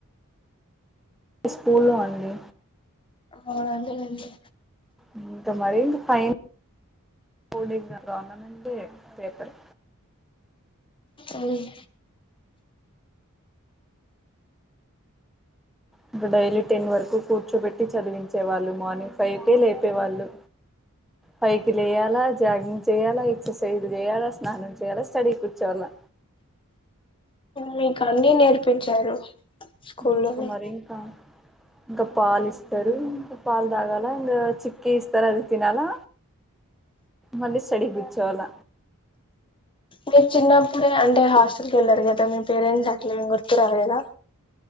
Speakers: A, in the centre; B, on the left.
A: స్కూలో అండి
B: ఆ అదే లేండి
A: ఇంక మరి ఇంకా ఫైన్ పోనీ ఇంగ గవర్నమెంట్ ఏ పేపర్
B: అవును
A: ఇప్పుడు డైలీ టెన్ వరకు కూర్చోబెట్టి చదివించే వాళ్ళు మార్నింగ్ ఫైవ్ కేే లేపేవాళ్ళు ఫైవ్ కి లేయాలా జాగింగ్ చేయాలా ఎక్సర్సైజ్ చేయాలా స్నానం చేయాల స్టడీ కూర్చోవలా
B: వీడ్కన్ని నేర్పించారు స్కూల్లోనే
A: ఇంక మరింకా గపాల్ ఇస్తర్ లేద్ ఇంక పాల్ దాగాల ఇంగ చిక్కి ఇస్తారు ఆది తినాలా మళ్ళీ స్ స్టడీ కుచ్చోవాల
B: అంటే చిన్నప్పుడే అంటే హాస్టల్ కి ఏళ్లారు కదా, మీ పేరెంట్స్ అట్లా ఏం గుర్తురాలేదా.